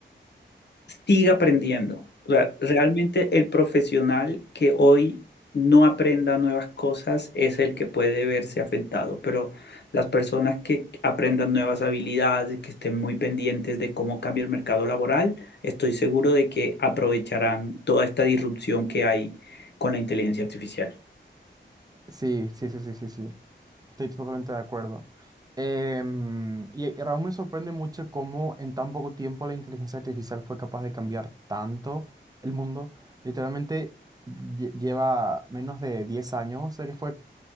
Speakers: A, on the left; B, on the right.
A: siga aprendiendo. O sea, realmente el profesional que hoy no aprenda nuevas cosas es el que puede verse afectado, pero las personas que aprendan nuevas habilidades, que estén muy pendientes de cómo cambia el mercado laboral, estoy seguro de que aprovecharán toda esta disrupción que hay con la inteligencia artificial.
B: Sí, sí, sí, sí, sí, sí. Estoy totalmente de acuerdo. Em, y y Raúl me sorprende mucho cómo en tan poco tiempo la inteligencia artificial fue capaz de cambiar tanto el mundo. Literalmente lle- lleva menos de 10 años de que fue